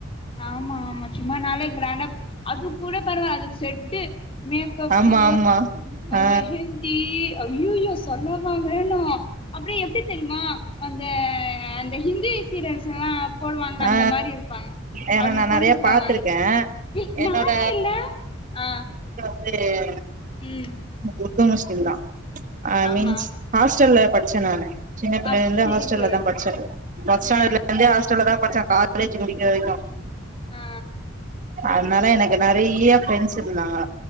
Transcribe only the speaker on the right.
ஆமா
ஆமா ஆ
ஆ
ஏன்னா
நா
நெறைய
பாத்திருக்கே
என்னோட
சேரி
உர்து முஸ்லீம்ங்லா ஐ
மீன்ஸ்
ஹாஸ்டல்ல படி ச்ச நானு ஜின்ன பிள்ளைல
ஹாஸ்டல்ல
தா
படிச்சே ஃபஸ்டாண்டர்ல
இருந்தே ஹாஸ்டல்ல தா பச்ச காலேஜ் முடிக்க வரைக்கும்
அதனால எனக்கு நெறைய ஃப்ரெண்ட்ஸ்சு இருந்தாங்க